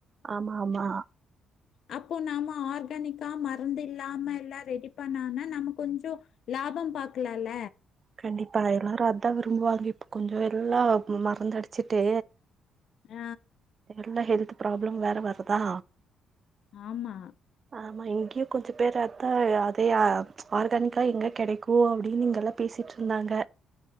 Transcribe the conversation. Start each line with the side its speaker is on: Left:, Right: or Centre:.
Right: ஆமா ஆமா
Left: அப்போ நம்ம ஆர்கானிக்கா மருந்து இல்லாம எல்லா ரெடி பண்ணானா நம்ம கொஞ்சோ லாபம் பாக்கலால
Right: கண்டிப்பா எல்லரு அதா விரும்புவாங்க இப்போ கொஞ்ச எல்லா மருந்து அடிச்சுட்டு
Left: அ
Right: எல்லா ஹெல்த் ப்ராப்ளம் வேற வருதா
Left: ஆமா
Right: ஆமா இங்கியு கொஞ்ச பேர் அத்தா அதே ஆ ஆர்கானிக்கா எங்க கெடைக்கூ அப்டின் இங்க எல்லா பேசிட்ருந்தாங்க